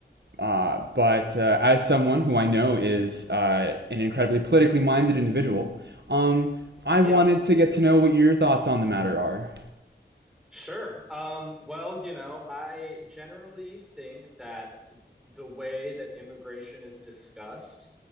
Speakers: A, on the right (about 70°); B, in the centre.
A: uh, but uh, as someone who I know is uh, an incredibly politically minded individual, um, I
B: Yep.
A: wanted to get to know what your thoughts on the matter are.
B: Sure. Um, well, you know, I generally think that the way that immigration is discussed